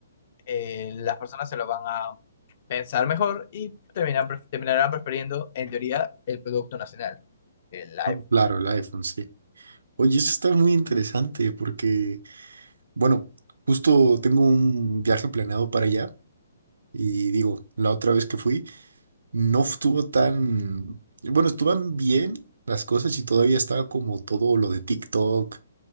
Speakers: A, on the left; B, on the right.
A: eh, las personas se lo van a pensar mejor y terminan, pref- terminarán prefiriendo, en teoría, el producto nacional, el iPhone.
B: no, claro, el iPhone, sí. Oye, eso está muy interesante porque, bueno, justo tengo un viaje planeado para allá y digo, la otra vez que fui, no estuvo tan, bueno, estuvieron bien las cosas y todavía estaba como todo lo de TikTok,